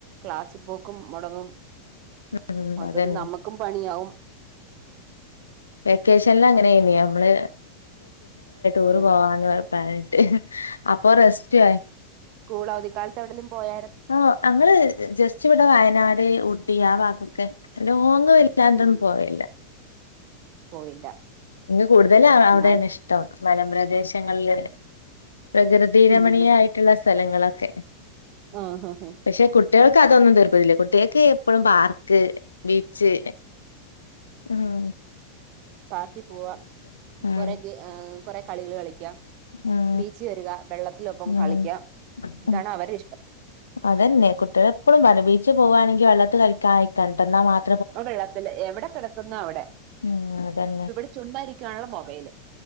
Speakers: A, on the right; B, on the left.
A: ക്ലാസി പോക്കും മുടങ്ങും
B: ഉം
A: മൊത്തത്തിൽ
B: അതന്നെ
A: നമ്മുക്കും പണിയാവും
B: വെക്കേഷ െല്ലാം അങ്ങനെന്നെയ നമ്മള് ടൂർ
A: ഉം
B: പോവാന്ന്റപ്പട്ട് അപ്പൊ റസ്റ്റ്‌
A: കൂളഅവധിക്കാലത്ത് എവിടേലും പോയൊ
B: ആ അങ്ങള് ജസ്റ്റ് ഇവിടെ വയനാട് ഊട്ടി ആ ഭാഗം <unintelligible> ലോങ് <unintelligible>
A: ഉം
B: പോവില്ല
A: പോയില്ല
B: ഇങ്ങ് കൂടുതല് അവിടേണ്
A: എന്നാലും
B: ഇഷ്ടം വനം പ്രദേശങ്ങളില് പ്രകൃതി
A: ഉം
B: രമണീയായിട്ടുള്ള സ്ഥലങ്ങളൊക്കെ
A: ആഹ് ഹ
B: പക്ഷെ കുട്ടികൾക്ക് അതൊന്നും തിർപ്പിതില്ല കുട്ടികൾക്ക് എപ്പഴും പാർക്ക് ബീച്ച് ഉമ്
A: പാർക്കി പൂവാം
B: ഉം
A: കൊറെ കൊറെ കളികള് കളിക്കാം
B: ഉം
A: ബീച്ച് വരിക വെള്ളത്തിലൊപ്പം
B: ഉം
A: കളിക്ക ഇതാണ്
B: ഉം
A: അവരെ ഇഷ്ടം
B: അതന്നെ കുട്ടികള എപ്പോഴും പണ ബീച്ചിൽ പോകുവാണെങ്കി വെള്ളൽ കഴിക്കാ ആയിക്കണ്ട എന്നാ മാത്ര
A: ഓ വെള്ളത്തില് എവിടെ കെടക്കുന്നോ അവ്ടെ
B: ഉം അതന്നെ
A: ഇവിടെ ചുമ്മാ ഇരിക്കാ <unintelligible> മൊബേല്